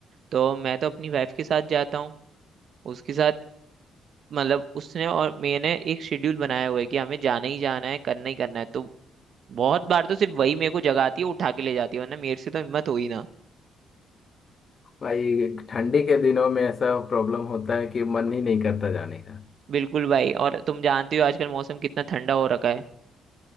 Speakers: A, on the right (about 60°); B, on the left (about 45°).
A: तो मैं तो अपनी वाइफ के साथ जाता हूँ उसके साथ मतलब उसने और मैंने एक शेड्यूल बनाया हुआ है कि हमें जाना ही जाना है करना ही करना है तो बहुत बार तो सिर्फ वही मेरे को जगाती है उठा के ले जाती है वरना मेरे से तो हिम्मत हो ही ना
B: भाई ठंडी के दिनों में ऐसा प्रॉब्लम होता है कि मन ही नहीं करता जाने का
A: बिल्कुल भाई और तुम जानते हो आजकल मौसम कितना ठंडा हो रखा है